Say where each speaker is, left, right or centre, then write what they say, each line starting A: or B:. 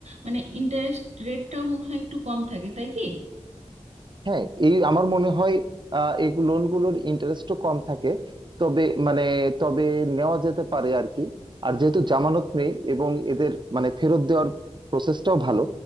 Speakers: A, on the right; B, on the right.
A: মানে ইন্টারেস্ট রেটটাও মনে হয় একটু কম থাকে তাই কি
B: হ্যাঁ এই আমার মনে হয় আহ এই লোনগুলোর ইন্টারেস্টও কম থাকে তবে মানে তবে নেওয়া যেতে পারে আর কি আর যেহেতু জামানত নেই এবং এদের মানে ফেরত দেওয়ার প্রসেসটাও ভালো